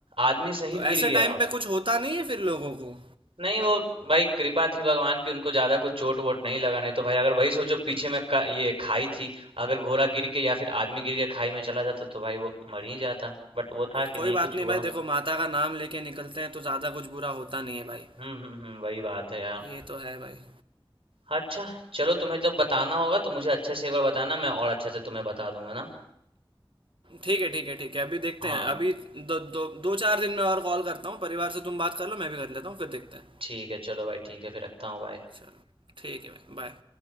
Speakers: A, on the right; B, on the right.
A: आदमी सहित
B: तो
A: गिर
B: ऐसे
A: गया
B: टाइम पे कुछ होता नहीं है फिर लोगों को
A: नहीं वो भाई कृपा थी भगवान की उनको ज्यादा कुछ चोट वोट नहीं लगा नहीं तो भाई अगर वही सोचो पीछे में का, ये खाई थी अगर घोड़ा गिर के या फिर आदमी गिर के खाई में चला जाता तो भाई वो मर ही जाता बट वो था कि
B: कोई
A: नहीं कुछ
B: बात नहीं
A: हुआ
B: भाई देखो माता का नाम लेके निकलते हैं तो ज़्यादा कुछ बुरा होता नहीं है भाई
A: हम्म हम्म हम्म वही बात है यार
B: ये तो है भाई
A: अच्छा चलो तुम्हें जब बताना होगा तो मुझे अच्छे से एक बार बताना मैं और अच्छे से तुम्हें बता दूंगा ना
B: ठीक है ठीक है ठीक है अभी देखते
A: हाँ
B: हैं अभी दो दो दो चार दिन में और कॉल करता हूँ परिवार से तुम बात कर लो मैं भी कर लेता हूँ फिर देखते हैं
A: ठीक है चलो भाई ठीक है फिर रखता हूँ भाई
B: चलो ठीक है भाई बाय